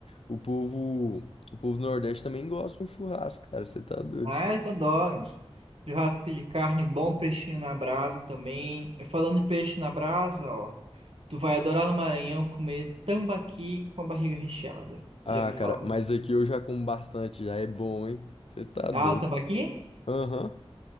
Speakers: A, on the left (about 70°); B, on the right (about 65°).
A: O povo, o povo do Nordeste também gosta de um churrasco, cara. Você tá doido.
B: Ah, eles adoram. Churrasco de carne, um bom peixinho na brasa também. E falando em peixe na brasa, ó, tu vai adorar no Maranhão comer tambaqui com a barriga recheada.
A: Ah,
B: Já ouviu falar?
A: cara, mas aqui eu já como bastante, já é bom, hein? Você tá doido.
B: Ah, o tambaqui?
A: Aham.